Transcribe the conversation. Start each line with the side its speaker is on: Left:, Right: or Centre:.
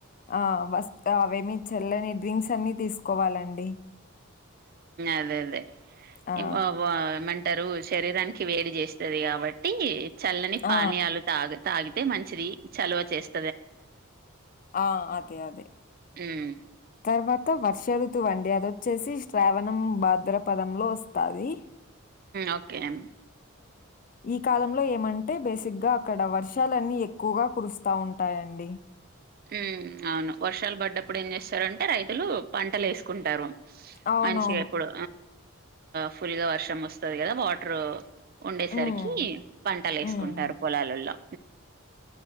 Left: ఆ వ అవేమి చెల్లని డ్రింక్స్ అన్ని తీసుకోవాలండి
Right: అదే అదే
Left: ఆ!
Right: ఇ మ శరీరానికి వేడి చేస్తుంది కాబట్టి చల్లని
Left: ఆ!
Right: పానీయాలు తాగి తాగి అయితే మంచిది చలవ చేస్త
Left: ఆ అదే అదే
Right: హ్మ్.
Left: తర్వాత వర్ష ఋతు వడి అద వచ్చేసి శ్రావణం భాద్ర పదంంలో వస్తాది
Right: ఓకే అం
Left: ఈ కాలంలో ఏమంటే బేసిక్గా అక్కడ వర్షాలన్ని ఎక్కువగా కురుస్తా ఉంటాయడి అండి
Right: ఉ అవును వర్షాలు పడ్డప్పుడు ఏం చేస్తారుంటే రైతులు పంటలు వేసుకుంటారు
Left: అవునవును.
Right: మంచిగా ఇప్పుడు ఫుల్గా వర్షం వస్తుంది కదా వాటరు ఉండేసరికి
Left: హ్మ్.
Right: పంటలు వేసుకుంటారు
Left: హ్మ్.
Right: పొలాలల్లో